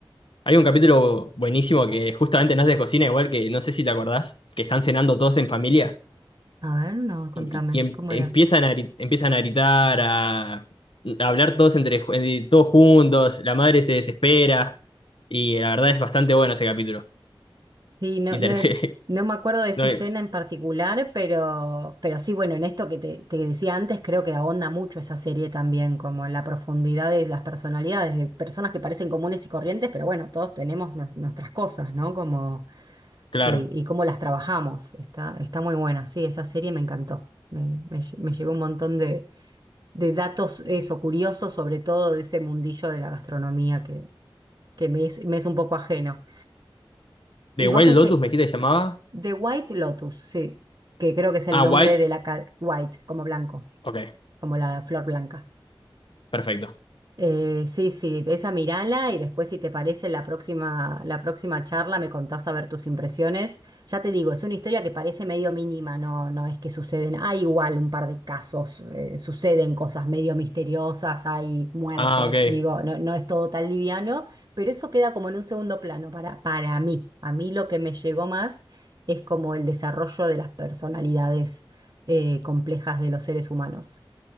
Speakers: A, on the left (about 70°); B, on the right (about 50°).
A: Hay un capítulo buenísimo que justamente no es de cocina, igual que no sé si te acordás, que están cenando todos en familia
B: A ver, no, contame,
A: y, y em-
B: ¿cómo
A: empiezan
B: era?
A: a, gri- empiezan a gritar, a, a hablar todos, entre, ju- eh, todos juntos, la madre se desespera y la verdad es bastante bueno ese capítulo.
B: Sí, no,
A: Y
B: no,
A: terminé.
B: no
A: <laughs>
B: me acuerdo de esa
A: no, eh,
B: escena en particular, pero, pero sí, bueno, en esto que te, te decía antes, creo que ahonda mucho esa serie también, como en la profundidad de las personalidades, de personas que parecen comunes y corrientes, pero bueno, todos tenemos nu- nuestras cosas, ¿no? Como,
A: claro.
B: y, y cómo las trabajamos. Está, está muy buena, sí, esa serie me encantó. Me, me, lle- me llevó un montón de, de datos, eso, curiosos, sobre todo de ese mundillo de la gastronomía que, que me es, me es un poco ajeno.
A: ¿De
B: ¿Y
A: White
B: vos en
A: Lotus
B: qué,
A: me dijiste que se llamaba?
B: The White Lotus, sí, que creo que es el
A: Ah,
B: nombre
A: White.
B: de la ca- White, como blanco,
A: Ok,
B: como la flor blanca.
A: perfecto.
B: Eh, sí, sí, esa mirala y después si te parece la próxima, la próxima charla me contás a ver tus impresiones. Ya te digo, es una historia que parece medio mínima, no, no es que suceden, hay igual un par de casos, eh, suceden cosas medio misteriosas, hay muertes,
A: Ah, ok.
B: digo, no, no es todo tan liviano, pero eso queda como en un segundo plano para, para mí. A mí lo que me llegó más es como el desarrollo de las personalidades, eh, complejas de los seres humanos.